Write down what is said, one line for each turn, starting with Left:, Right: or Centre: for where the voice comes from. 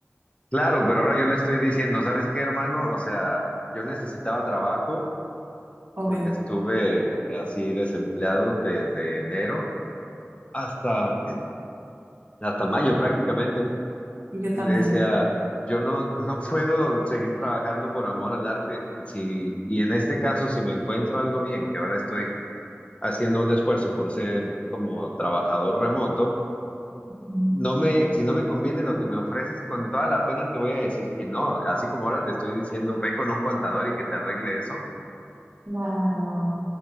Left: claro, pero ahora yo le estoy diciendo, ¿sabes qué, hermano? O sea, yo necesitaba trabajo
Right: Obvio.
Left: porque estuve así desempleado desde enero hasta, hasta mayo prácticamente.
Right: Y yo también.
Left: y le decía, yo no, no puedo seguir trabajando por amor al arte. Si, y en este caso, si me encuentro algo bien, que ahora estoy haciendo un esfuerzo por ser como trabajador remoto,
Right: Mm,
Left: no me, si no me conviene lo que me ofreces, con toda la pena te voy a decir que no. Así como ahora te estoy diciendo, ve con un contador y que te arregle eso.
Right: Claro.